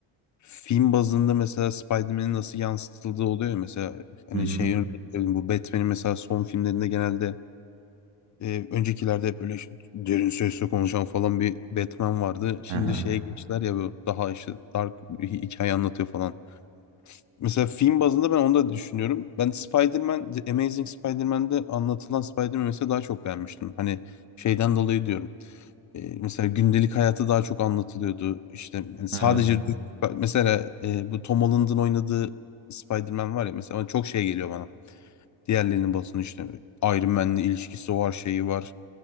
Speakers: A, on the left; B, on the right.
A: film bazında mesela Spider-Man'in nasıl yansıtıldığı oluyor ya. Mesela hani
B: Hı hı.
A: şey örnek vereyim, bu Batman'in mesela son filmlerinde genelde e, öncekilerde hep böyle derin sesle konuşan falan bir Batman vardı. Şimdi
B: Aha.
A: şeye geçtiler ya bu daha işte dark bir hikaye anlatıyor falan. Mesela film bazında ben onu da düşünüyorum. Ben Spider-Man, The Amazing Spider-Man'de anlatılan Spider-Man'i mesela daha çok beğenmiştim. Hani şeyden dolayı diyorum. E, mesela gündelik hayatı daha çok anlatılıyordu. İşte yani sadece
B: Evet.
A: mesela e, bu Tom Holland'ın oynadığı Spider-Man var ya mesela ona çok şey geliyor bana. Diğerlerinin basını işte Iron Man'le ilişkisi var, şeyi var.